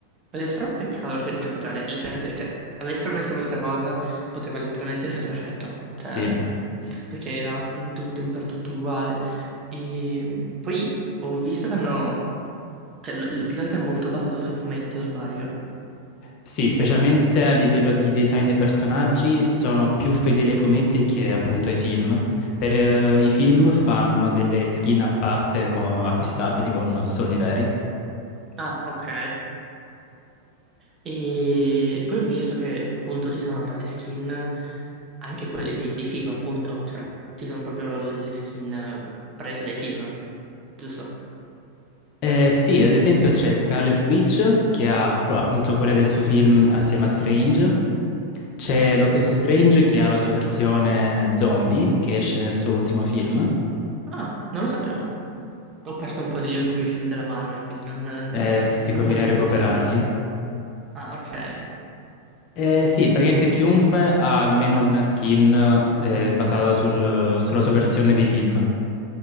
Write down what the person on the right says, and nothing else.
Ed è strano un peccato perché cioè, poteva le- letteralmente, cioè, avessero messo questa cosa, poteva letteralmente essere perfetto, cioè,
mh, perché era in tutto in per tutto uguale. E mh, poi ho visto che hanno, cioè, l- l- più che altro è molto basato sui fumetti, o sbaglio?
Ah, ok. E poi ho visto che appunto ci sono tra le skin, anche quelle dei, dei film, appunto, cioè, ci sono proprio le, le skin eh, prese dai film, giusto?
Ah, non lo sapevo. Ho perso un po' degli ultimi film della Marvel, quindi non-
<laughs>
un
po' di cose
non le ho viste. Ah, ok.